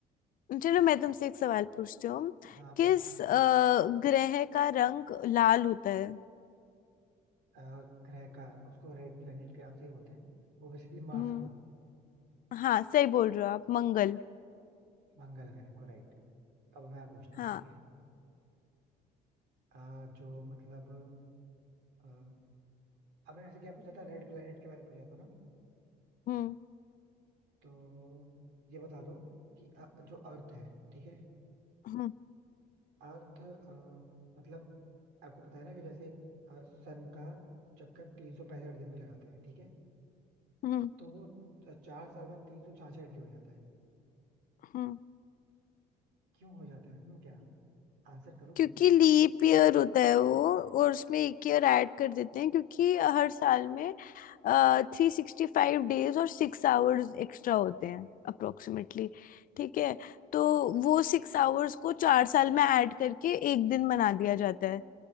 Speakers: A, on the left; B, on the right.
A: चलो मैं तुमसे एक सवाल पूछती हूँ
B: हाँ
A: किस
B: पूछो
A: अ, ग्रह का रंग लाल होता है
B: अ, ग्रह का उसको रेड प्लेनेट के नाम से ही बोलते हैं वो बेसिकली मार्स
A: हम्म
B: को
A: हाँ सही बोल रहे हो आप मंगल
B: मंगल ग्रह को राइट अब मैं पूछता हूँ
A: हाँ
B: ठीक है अ, जो मतलब अ, आपने ऐसे क्या पूछा था रेड प्लेनेट के बारे में पूछा था ना
A: हम्म
B: तो ये बता दो कि अ, जो अर्थ है ठीक है
A: हम्म
B: अर्थ अ, मतलब आपको पता है ना कि जैसे सन का चक्कर तीन सौ पैंसठ दिन में लगाता है ठीक है
A: हम्म
B: तो वो अ, चार साल बाद तीन सौ छियासठ हो जाता है
A: हम्म
B: क्यों हो जाता है हम्म क्या आंसर करो
A: क्योंकि लीप ईयर होता है वो और उसमें एक ईयर ऐड कर देते हैं क्योंकि हर साल में थ्री सिक्सटी फाइव डेज और सिक्स आवर्स एक्स्ट्रा होते हैं अप्रोक्सीमेटली ठीक है तो वो सिक्स आवर्स को चार साल में ऐड करके एक दिन बना दिया जाता है